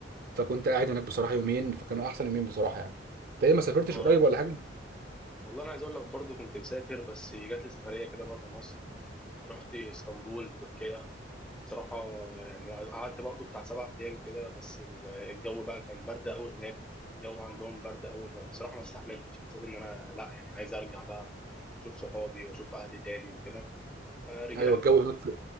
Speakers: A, on the right; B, in the centre.
A: فكنت قاعد هناك بصراحه يومين فكانوا احسن يومين بصراحه يعني انت ايه ما سافرتش
B: اه
A: قريب ولا حاجه
B: والله انا عايز اقول لك برضه كنت مسافر بس جات لي سفرية كده بره مصر رحت اسطنبول تركيا بصراحة يعني قعدت برضه بتاع سبع ايام كده بس ال- الجو بقى كان برد قوي هناك الجو عندهم برد قوي فبصراحة ما استحملتش حسيت ان انا لا يعني عايز ارجع بقى اشوف صحابي واشوف اهلي تاني وكده فرجعت
A: ايوه الجو هناك